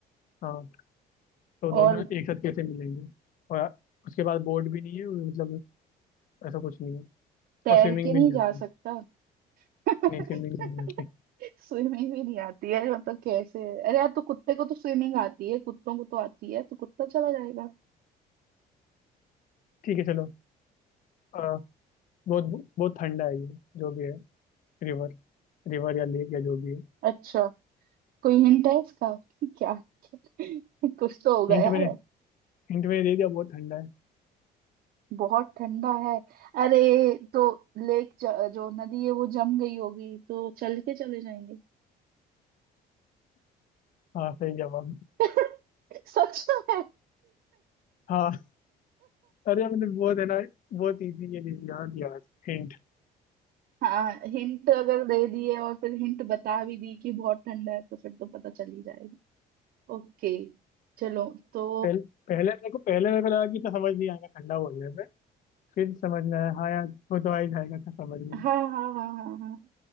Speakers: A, on the left; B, on the right.
A: हाँ तो दोनों
B: और
A: एक साथ कैसे मिलेंगे और उसके पास बोट भी नहीं है मतलब ऐसा कुछ नहीं है
B: तैर
A: और स्विमिंग
B: के नहीं
A: भी नहीं
B: जा
A: आती
B: सकता <laughs>
A: नहीं स्विमिंग भी नहीं आती
B: स्विमिंग भी नहीं आती है मतलब कैसे अरे यार तो कुत्ते को तो स्विमिंग आती है कुत्तों को तो आती है तो कुत्ता चला जाएगा
A: ठीक है चलो आ, बहुत बहुत ठंडा है ये जो भी है रिवर रिवर या लेक या जो भी है
B: अच्छा कोई हिंट है इसका <laughs> क्या <laughs> कुछ तो होगा
A: हिंट
B: यार
A: मैंने हिंट मैंने दे दिया बहुत ठंडा है
B: बहुत ठंडा है अरे तो लेक ज- जो नदी है वो जम गई होगी तो चल के चले जाएंगे
A: हाँ सही जवाब
B: <laughs> सच में
A: हाँ अरे मैंने बहुत है ना बहुत इजी ये दे दिया यार हिंट
B: हाँ हिंट अगर दे दिए और फिर हिंट बता भी दी कि बहुत ठंडा है तो फिर तो पता चल ही जाएगा ओके चलो तो
A: पहले पहले मेरे को पहले मेरे को लगा कि तो समझ नहीं आएगा ठंडा बोलने पे फिर समझ में आया हाँ यार वो तो आ ही जाएगा था समझ में
B: हाँ हाँ हाँ हाँ हाँ हाँ।